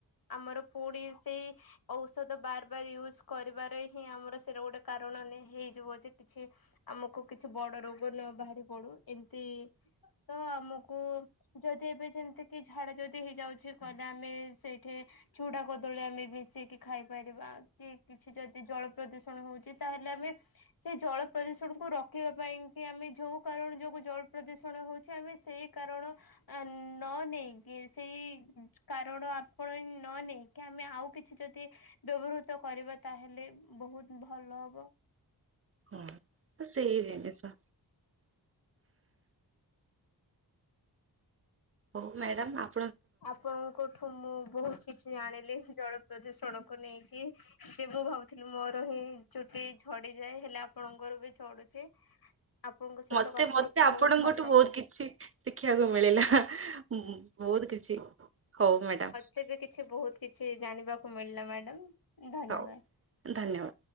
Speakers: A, on the left; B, on the right.
A: ଆମର ପୁଣି ସେଇ ଔଷଧ ବାର ବାର ୟୁଜ୍ କରିବାରେ ହିଁ ଆମର ସେଇଟା ଗୋଟେ କାରଣ ନ ହେଇଯିବ ଯେ କିଛି ଆମକୁ କିଛି ବଡ ରୋଗ ନ ବାହାରି ପଡୁ ଏମିତି ତ ଆମକୁ ଯଦି ଏବେ ଯେମିତି କି ଝାଡା ଯଦି ହେଇଯାଉଛି କହିଲେ ଆମେ ସେଇଠି ଚୁଡା କଦଳୀ ଆମେ ମିଶେଇକି ଖାଇପାରିବା। କି କିଛି ଯଦି ଜଳ ପ୍ରଦୂଷଣ ହଉଛି। ତାହେଲେ ଆମେ। ସେ ଜଳ ପ୍ରଦୂଷଣକୁୁ ରଖିବା ପାଇଁ କି ଆମେ ଯୋଉ କାରଣ ଯୋଉ ଜଳ ପ୍ରଦୂଷଣ ହଉଛି ଆମେ ସେଇ କାରଣ ନ ନେଇକି ସେଇ କାରଣ ଆପଣେଇ ନ ନେଇକି କି ଆମେ ଆଉ କିଛି ଯଦି ବ୍ୟବହୃତ କରିବା ତାହେଲେ ବହୁତ ଭଲ। <unintelligible>
B: ହଁ ସେଇ ଜିନିଷ। ହଉ ମ୍ୟାଡ଼ମ୍ ଆପ
A: ଆପଣଙ୍କଠୁ ମୁଁ ବହୁତ କିଛି ଜାଣିଲି ଜଳ ପ୍ରଦୂଷଣକୁ ନେଇକି। ଯେ ମୁଁ ଭାବୁଥିଲି ମୋର ହିଁ ଚୁଟି ଝଡିଯାଏ, ହେଲେ ଆପଣଙ୍କର ବି ଝଡୁଛି। ଆପଣଙ୍କ ସହିତ
B: ମତେ
A: କଥା
B: ମତେ
A: ହେଇକି
B: ଆପଣଙ୍କଠୁ
A: ବହୁତ ଭଲ ଲାଗେ।
B: ବହୁତ କିଛି ଶିଖିବାକୁ ମିଳିଲା ବହୁତ କିଛି ହଉ ମ୍ୟାଡାମ।
A: ଫିର୍ ବି କିଛି ବହୁତ କିଛି ଜାଣିବାକୁ ମିଳିଲା ମ୍ୟାଡ଼ାମ ଧନ୍ୟବାଦ।
B: ହଉ ଧନ୍ୟବାଦ।